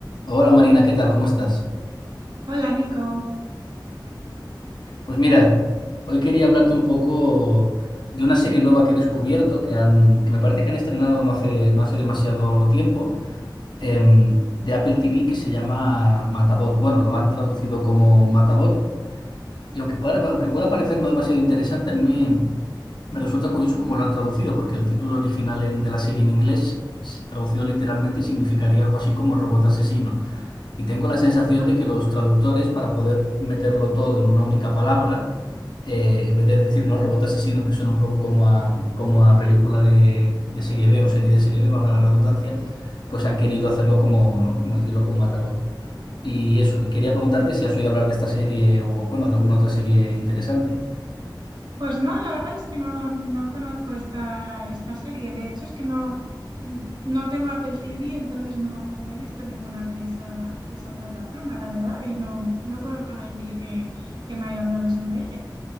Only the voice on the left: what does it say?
Hola Marina, ¿qué tal? ¿Cómo estás?
Pues mira, hoy quería hablarte un poco de una serie nueva que he descubierto, que han, que me parece que han estrenado no hace, no hace demasiado tiempo, em, de Apple TV que se llama Matabot. Bueno, lo han traducido como Matabot y aunque, para- aunque pueda parecer no demasiado interesante, a mí me, me resulta curioso cómo lo han traducido, porque el título original en- de la serie en inglés, s- traducido literalmente, significaría algo así como robot asesino. Y tengo la sensación
de que los traductores, para poder meterlo todo en una única palabra, eh, en vez de decir no robot asesino, que suena un poco como a, como a película de, de serie B o serie de serie B, valga la redundancia, pues han querido hacerlo como, ¿no? Como decirlo como Matabot. Y eso, y quería preguntarte si has oído hablar de esta serie o, bueno, de alguna otra serie interesante.